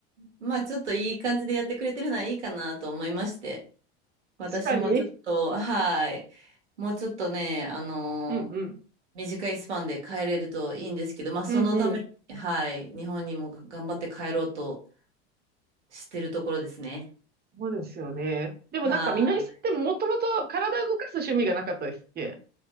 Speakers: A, on the right (about 80°); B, on the right (about 30°).
A: まあちょっといい感じでやってくれてるのはいいかなと思いまして。私もちょっと、
B: かに。
A: はい。もうちょっとね、あのー
B: うん、うん。
A: 短いスパンで帰れるといいんですけど、まあ、そのために、
B: うん、うん。
A: はい。日本にも頑張って帰ろうとしてるところですね。
B: そうですよね。でもなんかみのりさんってもともと体動かす趣味がなかったですっけ
A: はい。